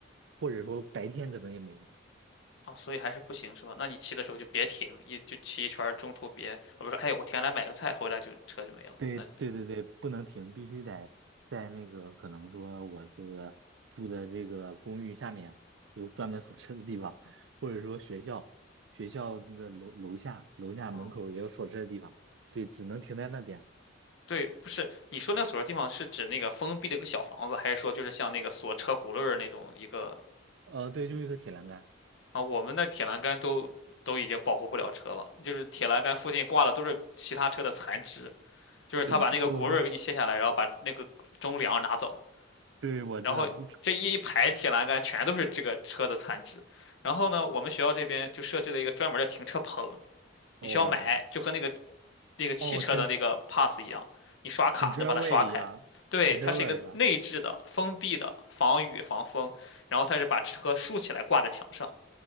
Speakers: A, on the right; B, on the left.
A: 或者说白天可能也没了。
B: 啊，所以还是不行是吧？那你骑的时候就别停，一就骑一圈儿中途别我不是，哎，我停下来买个菜，回来就车就没了。
A: 对对对对，
B: 那
A: 不能停，必须得在那个可能说我这个住的这个公寓下面有专门 <laughs> 锁车的地方，或者说学校学校那个楼楼下楼下门口也有锁车的地方，
B: 嗯，
A: 对，只能停在那边。
B: 对，不是你说那个锁的地方是指那个封闭的一个小房子，还是说就是像那个锁车轱辘儿那种一个
A: 呃，对，就是一个铁栏杆。
B: 啊？我们那铁栏杆都都已经保护不了车了，就是铁栏杆附近挂的都是其他车的残肢，就是他把那个轱辘儿给你卸下来，
A: 我
B: 然后把那个中梁拿走，
A: 对我知道。
B: 然后这一一排铁栏杆全都是这个车的残值。然后呢，我们学校这边就设置了一个专门的停车棚，
A: 哦
B: 你需要买，就和那个那个汽车的那个
A: 哦，停
B: pass 一样，你刷卡能把它刷开。
A: 停车位一样，
B: 对，
A: 停车位是吧？
B: 它是一个内置的、封闭的，防雨防风，然后它是把车竖起来挂在墙上。